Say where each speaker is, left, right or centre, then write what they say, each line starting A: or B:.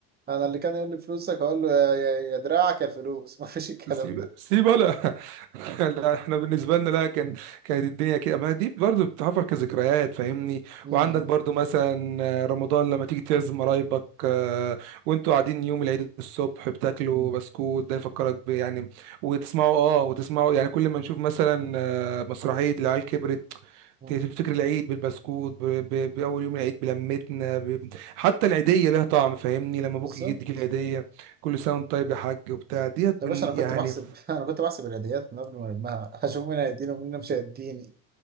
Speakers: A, on the right; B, on the right.
A: أنا اللي كان يقول لي فلوسك أقول له يا يا يا دراعك يا الفلوس <laughs> ما فيش الكلام
B: سيب
A: ده
B: سيب ولا <laughs> لا احنا بالنسبه لنا لا كان <laughs> كانت الدنيا كده ما دي برضو بتحفر كذكريات فاهمني
A: مم.
B: وعندك برضو مثلا رمضان لما تيجي تعزم قرايبك آه، وانتوا قاعدين يوم العيد الصبح بتاكلوا
A: مم.
B: بسكوت ده يفكرك ب يعني وتسمعوا اه وتسمعوا يعني كل ما نشوف مثلا آه، مسرحيه العيال كبرت
A: مم.
B: ت- تفتكر العيد بالبسكوت ب- ب- بأول يوم العيد بلمتنا ب... حتى العيدية لها طعم فاهمني لما أبوك
A: بالظبط
B: يديك العيدية كل سنه وانت طيب يا حاج وبتاع ديت
A: يا
B: من
A: باشا أنا كنت
B: يعني
A: بحسب <laughs> أنا كنت بحسب العيديات من قبل ما ألمها هشوف مين هيديني ومين مش هيديني